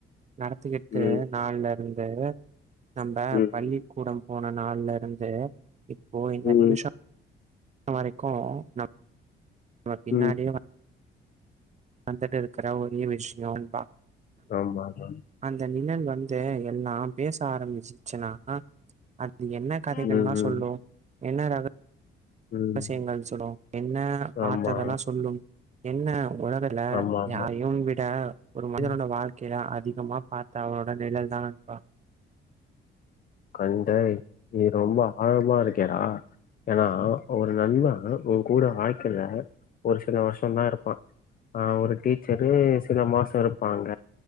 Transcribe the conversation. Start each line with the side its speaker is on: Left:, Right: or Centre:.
Right: நடத்துக்கிட்டு
Left: ம்
Right: நாள்ல அந்த நம்ப
Left: ம்
Right: பள்ளி போன நாள்ல இருந்து இப்போ இந்த
Left: ம்
Right: நிமிஷோ இப்ப வரைக்கு நம் அவ பின்னாடியே
Left: ம்
Right: வந்துட்டு இருக்குற ஒரே விஷயம்பா
Left: ஆமா ஆமா
Right: அந்த நீ வந்து எல்லா பேச ஆரம்பிச்சிச்சுன்னா இது என்ன கதைகள்ல்லா
Left: ம் ம்
Right: சொல்லு என்ன ரக
Left: ம்
Right: விசயங்கள் சொல்லுவோ என்ன பாத்ததெல்லா
Left: ஆமா
Right: சொல்லும் என்ன உலக இல்ல
Left: ஆமா ஆமா
Right: யாரையு விட ஒரு மனிதனோட
Left: ம்
Right: வாழ்க்கயில அதிகமா பாத்த அவரோட அ நிழல் தானப்பா
Left: கண்டேய் நீ ரொம்ப ஆழமா இருக்கேடா ஏனா ஒரு நண்ப உ கூட வாழ்க்கைல ஒரு சில வருஷ தா இருப்பான் ஆ ஒரு டீச்சரு சில மாச இருப்பாங்க